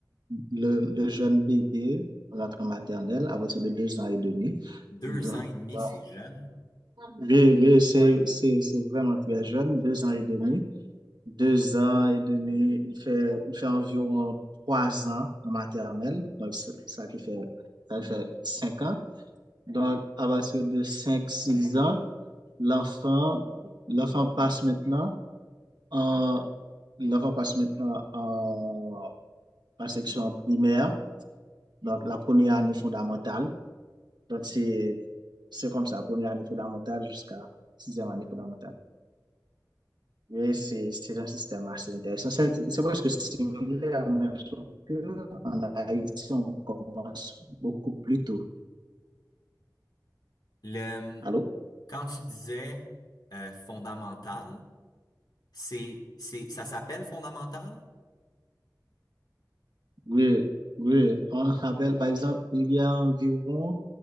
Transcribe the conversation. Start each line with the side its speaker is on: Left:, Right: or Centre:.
Right: le, le jeune bébé rentre en maternelle à partir de deux ans et demi.
Left: Deux
Right: Donc,
Left: ans et demi,
Right: euh,
Left: c'est jeune.
Right: oui, oui, c'est, c'est, c'est vraiment très jeune, deux ans et demi. Deux ans et demi, il fait, il fait environ trois ans en maternelle. Donc, c'est ça qui fait, ça fait cinq ans. Donc, à partir de cinq, six ans, l'enfant, l'enfant passe maintenant en, l'enfant passe maintenant en en section primaire. Donc, la première année fondamentale. Donc, c'est, c'est comme ça, première année fondamentale jusqu'à sixième année fondamentale. Oui, c'est, c'est un système assez intéressant. C'est, c'est presque similaire, mais sauf que en Haïti, on commence beaucoup plus tôt.
Left: Le,
Right: Allô?
Left: quand tu disais euh, fondamental, c'est, c'est, ça s'appelle fondamental?
Right: Oui, oui. On rappelle, par exemple, il y a environ,